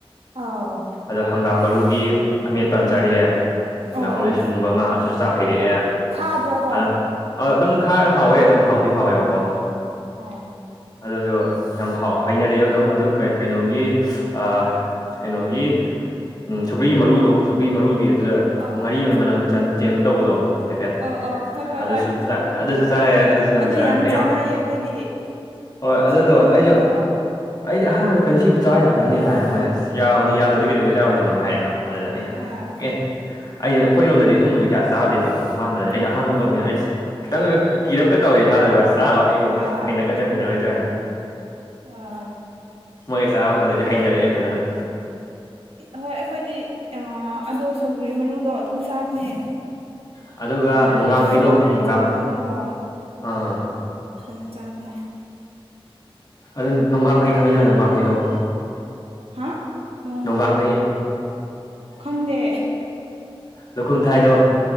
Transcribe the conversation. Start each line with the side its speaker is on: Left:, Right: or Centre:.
Right: ꯑ
Left: ꯑꯗꯣ ꯍꯪꯒꯥꯝ ꯃꯔꯨꯒꯤ ꯑꯃꯦꯠꯄ ꯑꯃ ꯆꯥꯔꯛꯑꯦ ꯍꯪꯒꯥꯝ
Right: ꯑꯣ
Left: ꯃꯔꯨꯗꯤ
Right: ꯑꯣ
Left: ꯁꯨꯡꯕ ꯑꯃ ꯑꯗꯨꯁꯨ ꯆꯥ ꯍꯩꯔꯛꯑꯦ
Right: ꯈꯥꯗ꯭ꯔꯣ ꯑꯗꯣ
Left: ꯑꯗꯅ ꯑꯗꯨꯝ ꯈꯥꯔ ꯍꯥꯎꯋꯦ ꯑꯗꯨꯝ ꯍꯥꯎꯋꯦ ꯕꯤꯍꯥꯎꯋꯦꯕꯀꯣ
Right: ꯑꯣ
Left: ꯑꯗꯨꯁꯨ ꯌꯥꯝ ꯍꯥꯏꯅꯔꯛꯑꯦꯕ ꯑꯗꯨꯝ ꯑꯗꯨ ꯀꯩꯅꯣꯒꯤ ꯑ ꯀꯩꯅꯣꯒꯤ ꯎꯝ ꯁꯧꯀ꯭ꯔꯤꯒꯤ ꯃꯔꯨꯗꯣ ꯁꯀ꯭ꯔꯤꯒꯤ ꯃꯔꯨꯒꯤ ꯑꯗꯨꯗ
Right: ꯑꯥ
Left: ꯉꯥꯔꯤ ꯑꯃꯒꯤ ꯃꯅꯝ ꯆꯦꯟꯕ ꯇꯧꯕꯗꯣ ꯍꯥꯏꯦꯐꯦꯠ
Right: ꯑꯣ ꯑꯣ ꯍꯣꯏ ꯍꯣꯏ
Left: ꯑꯗꯨꯁꯨ
Right: ꯍꯣꯏ ꯁꯧꯒ꯭ꯔꯤ
Left: ꯑꯗꯨꯁꯨ ꯆꯥꯏ ꯑꯗꯨꯁꯨ ꯌꯥꯝ
Right: ꯑꯗꯣ
Left: ꯆꯥꯏꯦ
Right: ꯆꯥꯟꯅꯩꯌꯦ
Left: ꯑ
Right: ꯑꯩꯈꯣꯏꯗꯤ
Left: ꯍꯣꯏ ꯑꯗꯨꯗꯣ
Right: ꯁꯧꯒ꯭ꯔꯤ ꯃꯔꯨꯗꯣ
Left: ꯑꯩꯁꯨ ꯑꯩꯗꯤ ꯑꯍꯥꯟꯕꯗ ꯀꯩꯅ ꯁꯤꯕꯨ ꯆꯥ ꯌꯥꯕ꯭ꯔꯥꯅꯤ ꯍꯥꯏꯔꯦ ꯃꯣꯏꯅ ꯌꯥꯕꯅꯤ ꯌꯥꯗ꯭ꯔꯗꯤ ꯀꯩꯗꯧꯕ ꯆꯥꯔꯣꯏꯅꯣ ꯍꯥꯏꯔꯦ ꯑꯗꯨꯗ ꯑꯩꯅ
Right: ꯑꯥ
Left: ꯑꯦ ꯑꯩꯁ ꯑꯩꯈꯣꯏꯔꯣꯝꯗꯗꯤ ꯑꯗꯨꯕ ꯒ꯭ꯌꯥ ꯆꯥꯗꯦꯕ ꯑꯍꯥꯟꯕꯗꯅꯦ
Right: ꯎꯝ
Left: ꯑꯩ ꯑꯍꯥꯟꯕ ꯑꯣꯏꯕꯅꯤꯅ ꯑꯁ ꯈꯤꯇꯪꯒ ꯀꯤꯔꯛꯀ ꯇꯧꯋꯦ ꯏꯁꯥꯗꯒ ꯆꯥ ꯑꯩꯕꯨ
Right: ꯑꯥ
Left: ꯍꯩꯅꯒꯗ꯭ꯔꯥ ꯍꯩꯅꯔꯣꯏꯗ꯭ꯔꯥ ꯍꯥꯏꯅ
Right: ꯑꯥ
Left: ꯃꯣꯏꯁꯦ ꯆꯥꯕ ꯃꯇꯝꯗꯗꯤ ꯍꯩꯅꯔꯛꯑꯦ ꯐꯖꯅ
Right: ꯍꯣꯏ ꯑꯩꯈꯣꯏꯗꯤ ꯑꯗꯣ ꯁꯧꯒꯔꯤ ꯃꯔꯨꯗꯣ ꯑꯗꯨꯝ ꯆꯥꯕꯅꯦ
Left: ꯑꯗꯨꯒ
Right: ꯉꯥꯔꯤ
Left: ꯅꯨꯡꯒꯥꯡꯍꯩꯗꯣ
Right: ꯅꯣꯏ ꯉꯥꯔꯤ
Left: ꯅꯨꯡꯒꯥꯡꯍꯩ
Right: ꯆꯥꯕꯗꯧꯅꯨꯀꯣ
Left: ꯑꯥ
Right: ꯝ ꯆꯥꯕꯅꯦ
Left: ꯑꯗꯨ ꯅꯨꯡꯗꯥꯡꯈꯩ ꯈꯪꯉꯤꯗꯅ ꯅꯅꯨꯡꯗꯥꯡꯈꯩꯗꯣ
Right: ꯍꯥ ꯅꯣꯡ
Left: ꯅꯨꯡꯒꯥꯡꯍꯩ
Right: ꯈꯪꯗꯦ
Left: ꯂꯨꯈꯨꯝꯊꯥꯏꯗꯣ